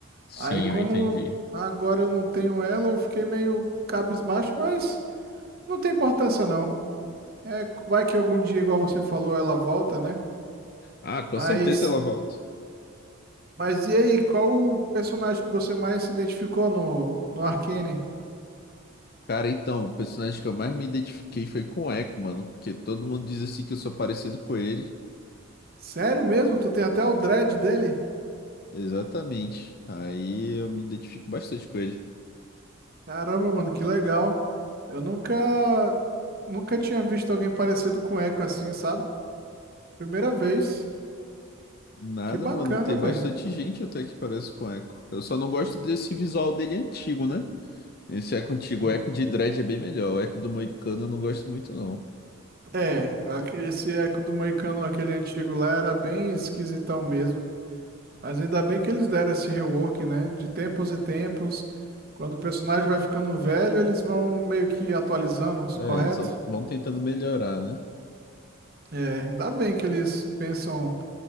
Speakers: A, on the left; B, on the right.
A: Sim,
B: Aí como
A: eu entendi.
B: agora eu não tenho ela, eu fiquei meio cabisbaixo, mas não tem importância não. É, vai que algum dia, igual você falou, ela volta, né?
A: Ah, com
B: Mas,
A: certeza ela volta.
B: mas e aí, qual o personagem que você mais se identificou no, no Arcane?
A: Cara, então, o personagem que eu mais me identifiquei foi com o Echo, mano. Porque todo mundo diz assim que eu sou parecido com ele.
B: Sério mesmo? Tu tem até o dread dele?
A: Exatamente. Aí eu me identifico bastante com ele.
B: Caramba, mano, que legal. Eu nunca, nunca tinha visto alguém parecido com Echo assim, sabe? Primeira vez.
A: Nada,
B: Que bacana,
A: mano. Tem
B: velho.
A: bastante gente até que parece com Echo. Eu só não gosto desse visual dele antigo, né? Esse Echo antigo,
B: Do...
A: o Echo de Dread é bem melhor. O Echo do Moicano eu não gosto muito, não.
B: É, aque- esse Echo do Moicano, aquele antigo lá, era bem esquisitão mesmo. Mas ainda bem que eles deram esse rework, né? De tempos em tempos, quando o personagem vai ficando velho, eles vão meio que atualizando,
A: É,
B: correto?
A: eles vão vão tentando melhorar, né?
B: É, ainda bem que eles pensam